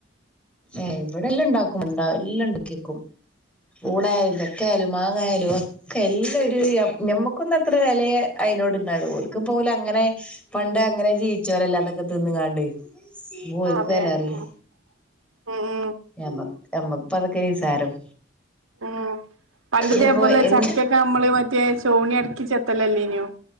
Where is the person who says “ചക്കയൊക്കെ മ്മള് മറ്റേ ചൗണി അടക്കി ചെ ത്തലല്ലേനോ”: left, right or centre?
Right